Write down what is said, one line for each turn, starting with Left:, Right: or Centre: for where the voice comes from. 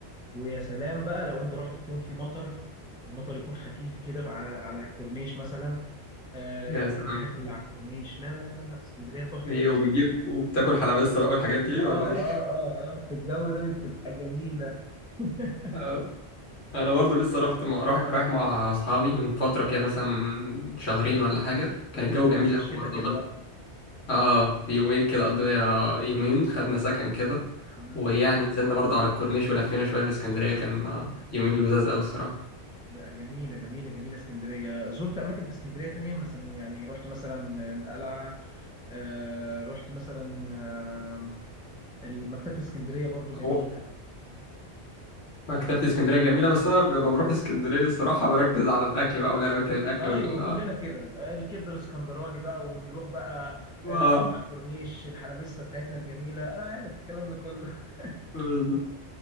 Centre: ويا سلام بقى لو انت رحت في يوم في مطر ومطر يكون خفيف كده على على الكورنيش مثلا آه
Left: يا
Centre: الكافيهات
Left: سلام
Centre: اللي على الكورنيش لا لا لا لا اسكندريه تحفه
Left: ايه
Centre: بس
Left: وبتجيب وبتاكل حلبسة بقى والحاجات دي
Centre: اه
Left: ولا إيه؟
Centre: اه اه اه في الجو ده بتبقى جميلة <laughs>
Left: اه انا برضو لسه رحت مع... رايح رايح مع اصحابي من فتره كده مثلا شهرين ولا حاجه كان
Centre: كنت
Left: الجو
Centre: انت في
Left: جميل
Centre: عز الشتاء
Left: قوي برضه
Centre: كده
Left: غد...
Centre: بقى
Left: اه في يومين كده قضينا يومين خدنا سكن كده
Centre: امم
Left: ويعني نزلنا برضه على الكورنيش ولفينا شويه في اسكندريه كان آه، يومين لذاذ قوي الصراحه
Centre: لا جميله جميله جميله اسكندريه زرت اماكن في اسكندريه تانية مثلا يعني رحت مثلا القلعه آه رحت مثلا آه مكتبه اسكندريه برضو جميله
Left: هو مكتبه اسكندريه جميله بس انا لما بروح اسكندريه الصراحه بركز على الاكل بقى والاماكن الاكل
Centre: ما
Left: وال
Centre: ايوه كلنا كده الكبده الاسكندراني بقى ونروح بقى
Left: آه،
Centre: آه، نقعد على الكورنيش الحلبسه بتاعتنا الجميله انا عارف الكلام ده كله <laughs>
Left: بالظبط.